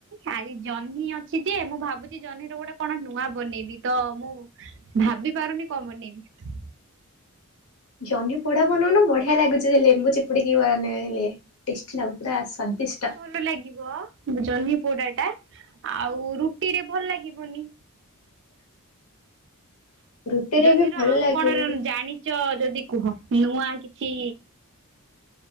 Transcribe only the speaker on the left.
ଜହ୍ନି ପୋଡା ବନଉନ ବଢିଆ ଲାଗୁଛି ସେ ଲେମ୍ବୁ ଚିପୁଡିକିବାନେଇଲେ ଟେଷ୍ଟି ଲାଗୁଛି। ପୁରା ସନ୍ତିଷ୍ଟ।
<inaudible> ରୁଟିରେ
ବି ଭଲ
ଲାଗିବ।